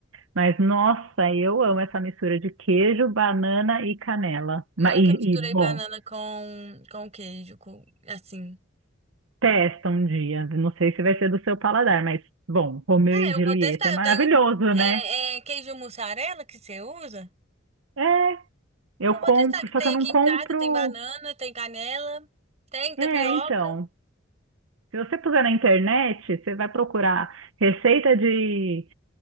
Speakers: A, on the right; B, on the right.
A: mas nossa, eu amo essa mistura de queijo, banana e canela. Ma-
B: Nunca
A: E,
B: misturei
A: e bom.
B: banana com, com queijo, com- assim.
A: Testa um dia. Não sei se vai ser do seu paladar, mas, bom, Romeu
B: Ah,
A: e
B: eu
A: Julieta
B: vou testar.
A: é
B: Eu
A: maravilhoso,
B: tenho é,
A: né?
B: é, queijo mussarela que você usa?
A: É, eu
B: eu vou
A: compro,
B: testar, que tem
A: só que eu
B: aqui
A: não
B: em
A: compro.
B: casa, tem banana, tem canela, tem tapioca.
A: É, então. Se você puser na internet, você vai procurar receita de